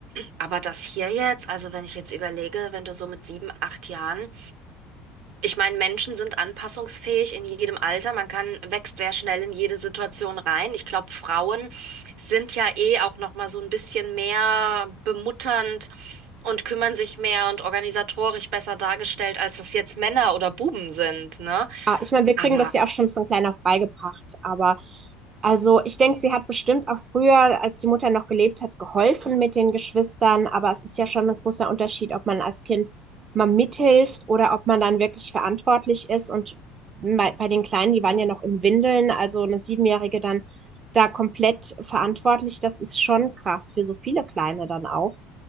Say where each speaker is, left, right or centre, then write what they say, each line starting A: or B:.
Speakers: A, on the right; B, on the right.
A: aber das hier jetzt, also wenn ich jetzt überlege, wenn du so mit sieben, acht Jahren ich meine, Menschen sind anpassungsfähig in jedem Alter. Man kann, wächst sehr schnell in jede Situation rein. Ich glaube, Frauen sind ja eh auch noch mal so ein bisschen mehr bemutternd und kümmern sich mehr und organisatorisch besser dargestellt, als es jetzt Männer oder Buben sind, ne?
B: Ah, ich meine, wir kriegen
A: Aber
B: das ja auch schon von klein auf beigebracht, aber also ich denke, sie hat bestimmt auch früher, als die Mutter noch gelebt hat, geholfen mit den Geschwistern, aber es ist ja schon ein großer Unterschied, ob man als Kind mal mithilft oder ob man dann wirklich verantwortlich ist. Und bei, bei den Kleinen, die waren ja noch in Windeln, also eine Siebenjährige dann da komplett verantwortlich, das ist schon krass für so viele Kleine dann auch.